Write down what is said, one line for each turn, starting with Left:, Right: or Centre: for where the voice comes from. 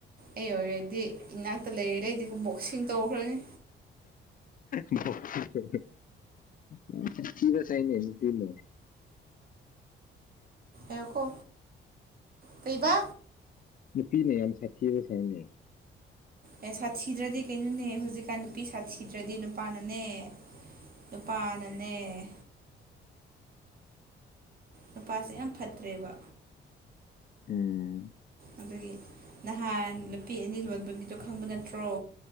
Right: ꯑꯩ ꯑꯣꯏꯔꯗꯤ ꯏꯅꯥꯛꯇ ꯂꯩꯔ ꯔꯗꯤ ꯕꯣꯛꯁꯤꯡ ꯇꯧꯈ꯭ꯔꯅꯤ
Left: ꯕꯣꯛꯁꯤꯡ ꯇꯧꯔꯅꯤ ꯌꯥꯝ ꯁꯥꯊꯤꯕ ꯁꯥꯏꯅꯦ ꯅꯨꯄꯤꯅ
Right: ꯑꯦꯈꯣ ꯀꯩꯕ
Left: ꯅꯨꯄꯤꯅ ꯌꯥꯝ ꯁꯥꯊꯤꯕꯁꯥꯏꯅꯦ
Right: ꯑꯦ ꯁꯥꯊꯤꯗ꯭ꯔꯗꯤ ꯀꯩꯅꯣꯅꯦ ꯍꯧꯖꯤꯛꯀꯥꯟ ꯅꯨꯄꯤ ꯁꯥꯊꯤꯗ꯭ꯔꯗꯤ ꯅꯨꯄꯥꯅꯅꯦ ꯅꯨꯄꯥꯅꯅꯦ ꯅꯨꯄꯥꯁꯦ ꯌꯥꯝ ꯐꯠꯇ꯭ꯔꯦꯕ
Left: ꯎꯝ
Right: ꯑꯗꯨꯒꯤ ꯅꯍꯥꯟ ꯅꯨꯄꯤ ꯑꯅꯤ ꯂꯣꯟꯕꯒꯤꯗꯣ ꯈꯪꯕ ꯅꯠꯇ꯭ꯔꯣ